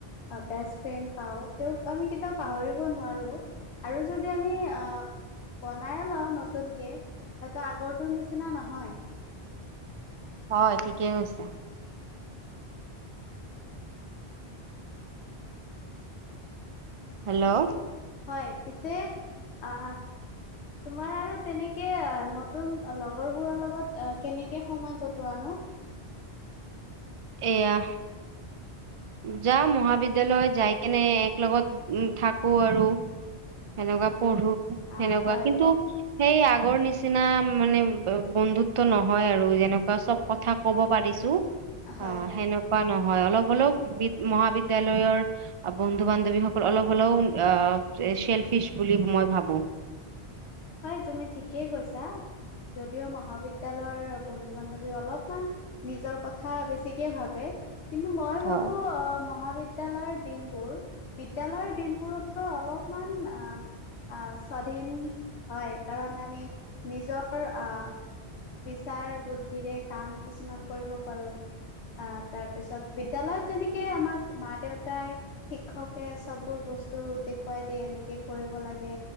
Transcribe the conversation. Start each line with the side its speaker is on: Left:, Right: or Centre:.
Left: বেষ্ট ফ্ৰেণ্ড পাওঁ তেওঁক আমি কেতিয়াও পাহৰিব নোৱাৰো। আৰু যদি আমি আঁহ বনাইে লওঁ নতুনকে, হয়তো আগৰটো নিচিনা নহয়।
Right: হয় ঠিকেই কৈছা। হেল্লো
Left: হয়, পিছে অহঁ। তোমাৰ আৰু তেনেকে নতুন লগৰবোৰৰ লগত এ কেনেকে সময় কটোৱা ন।
Right: এয়া যাম মহাবিদ্যয়ালয় যাই কেনে এক লগত থাকো আৰু। সেনেকুৱা
Left: হয়
Right: পঢ়ো,
Left: আহ
Right: সেনেকুৱা
Left: হয়
Right: কিন্তু
Left: ম
Right: সেই আগৰ নিচিনা মানে বন্ধুত্ব নহয় আৰু যেনেকুৱা চব কথা। কব পাৰিছো
Left: হয়
Right: অঁ
Left: হয়
Right: সেনেকুৱা নহয় অলপ অলপ বি মহাবিদয়ালয়ৰ বন্ধু বান্ধৱীসকল অলপ হ'লেও অঁহ চেলফিচ বুলি মই ভাবো
Left: হয় তুমি ঠিকেই কৈছা, যদিও মহাবিদ্যয়ালয়ৰ বন্ধু বান্ধৱী অলপমান নিজৰ কথা বেছিকে ভাবে, কিন্তু মই
Right: হয়
Left: ভাবো অঁ মহাবিদ্যালয় বিদ্যালয় দিনবোৰ বিদ্যয়ালয়ৰ দিনবোৰতকৈ অলপমান আহঁ আঁহ স্বাধীন হয় কাৰণ আমি নিজৰ আঁহ বিচাৰ বুদ্ধিৰে কাম কিছুমান কৰিব পাৰো। আঁহ তাৰপিছত বিদ্যালয়ত যেনেকে আমাক মা দেউতাই। শিক্ষকে চববোৰ বস্তু দেখুৱাই দিয় এনেকে কৰিব লাগে